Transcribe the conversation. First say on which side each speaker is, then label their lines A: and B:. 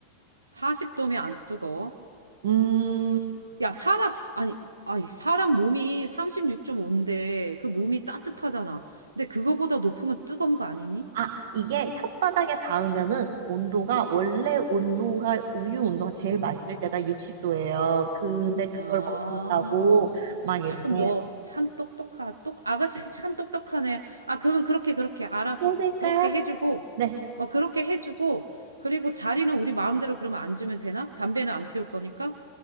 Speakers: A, on the right (about 80°); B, on the right (about 55°).
A: 40도면 안 뜨거워.
B: 음.
A: 야, 사람, 아니, 아니, 사람 몸이 36.5인데 그 몸이 따뜻하잖아. 근데 그거보다 높으면 뜨거운 거 아니니?
B: 아 이게 혓바닥에 닿으면은 온도가 원래 온도가 우유 온도가 제일 맛있을 때가 60도예요. 근데 그걸
A: 아,
B: 먹는다고 막
A: 참,
B: 이렇게
A: 너, 참 똑똑하, 똑, 아가씨 참 똑똑하네. 아, 그러면 그렇게, 그렇게, 알아서,
B: 그렇게 해야 될까요?
A: 그렇게 해주고,
B: 네.
A: 어, 그렇게 해주고, 그리고 자리는 우리 마음대로 그러면 안 주면 되나? 담배는 안 피울 거니까?